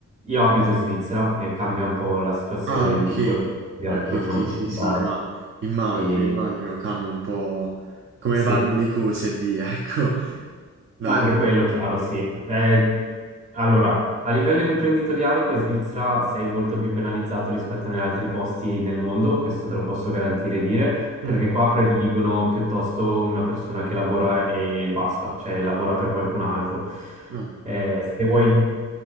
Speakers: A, on the right; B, on the right.
A: Io abito in Svizzera e cambia un po' la situazione
B: Ah, ok.
A: di quello che puoi studiare
B: Ok,
A: e quello che non
B: sì,
A: puoi
B: sì,
A: studiare.
B: sì, ma immagino,
A: E
B: immagino, cambia un po' come
A: sì,
B: vanno le cose lì, <laughs> ecco. No,
A: anche quello, chiaro, sì. Eh, Allora, a livello imprenditoriale qua in Svizzera sei molto più penalizzato rispetto agli altri posti nel mondo, questo te lo posso garantire e dire, perché
B: mm,
A: qua prediligono piuttosto una persona che lavora e basta, cioè lavora per qualcun altro.
B: no,
A: Eh, se vuoi